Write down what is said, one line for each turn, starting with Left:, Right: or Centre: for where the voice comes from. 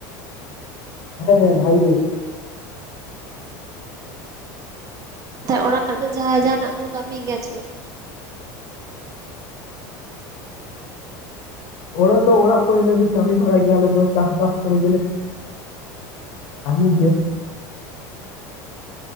Left: ᱦᱮᱸ ᱦᱮᱸ ᱵᱷᱟᱜᱤ ᱜᱮ ᱾
Right: ᱚᱲᱟᱜ ᱨᱮ ᱫᱚ ᱡᱟᱦᱟᱸᱭ ᱡᱟᱦᱟᱱᱟᱜ ᱠᱚ ᱠᱟᱹᱢᱤᱭ ᱜᱮᱭᱟ ᱪᱮᱞ
Left: ᱚᱲᱟᱜ ᱫᱚ ᱚᱲᱟᱜ ᱠᱚᱨᱮᱱᱟᱜ ᱜᱮ ᱠᱟᱹᱢᱤ ᱵᱟᱲᱟᱭ ᱜᱮᱭᱟᱞᱮ ᱫᱚ ᱪᱟᱥ-ᱵᱟᱥ ᱠᱚᱨᱮ ᱜᱮᱞᱮ <unintelligible>